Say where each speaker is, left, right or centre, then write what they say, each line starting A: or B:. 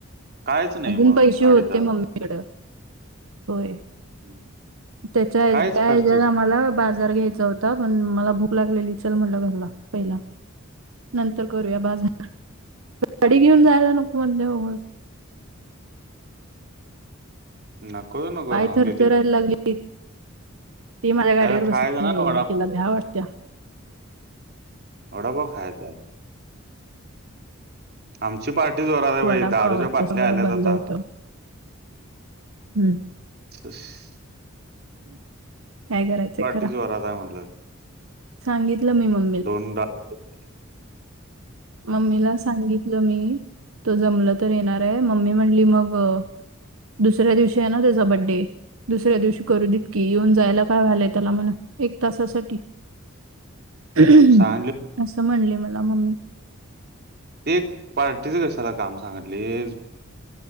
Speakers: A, on the right; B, on the right.
A: कायच नाही
B: अजून
A: मग
B: पैसे होते
A: अडीच हजार
B: मम्मी होय
A: हम्म.
B: तेच्या
A: कायच
B: एकट्या
A: खर्चच
B: हेच्यातआम्हाला- बर्गर घ्यायचा होता पण मला भूक लागलेली चल म्हटलं घरला पहिला. नंतर करूया बाजार गाडी घेऊन जायला नको मध्ये बगस
A: ना कोत नको <unintelligible>
B: पाय थरथरायला
A: तिकडे
B: लागली ती माझ्या
A: काय
B: गाडीवर
A: तर
B: बसत
A: खायचं
B: नाही
A: ना
B: रे
A: वडापाव
B: तिला भ्या वाटत्या.
A: वडापाव खायाचा आहे. आमची पार्टी जोरात आहे
B: वडापावाचं
A: बाई दारूच्या बाटल्या
B: सगळं
A: आल्यात
B: बंद
A: आता.
B: होतं हम्म.
A: <unintelligible>
B: काय करायचंय
A: पार्टी
B: करा
A: जोरात हाय म्हटलं.
B: सांगितलं मी मंग.
A: दोनडा. <inaudible>
B: मम्मीला सांगितलं मी तो जमलत तर येणार हाय मम्मी म्हणली मग, दुसऱ्या दिवशी आहे ना त्येचा बडे. दुसऱ्या दिवशी करू देत की, येऊन जायला काय व्हालंय त्याला मला, एक तासासाठी. <unintelligible>
A: सांगली
B: असं म्हणली मला मम्मी.
A: ते, पार्टीच कशाला काम सांगितलीस.